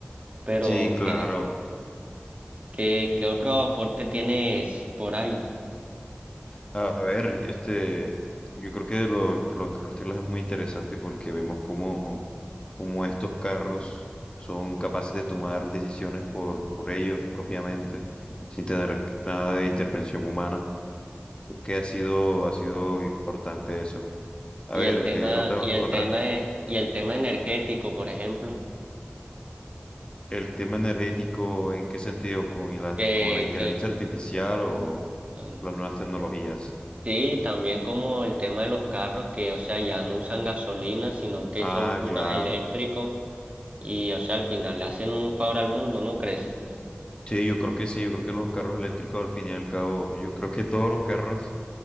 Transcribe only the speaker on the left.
Sí, claro.
A ver, este, yo creo que de los, de los carros Tesla es muy interesante porque vemos cómo, cómo estos carros son capaces de tomar decisiones por, por ellos propiamente, sin tener nada de intervención humana. Creo que ha sido, ha sido importante eso. A
ver,
eh, otra,
otra,
el tema energético, ¿en qué sentido? ¿Con la,
con la inteligencia
artificial o
las nuevas tecnologías?
Ah,
claro.
Sí, yo creo que sí, yo creo que los carros eléctricos al fin y al cabo, yo creo que todos los carros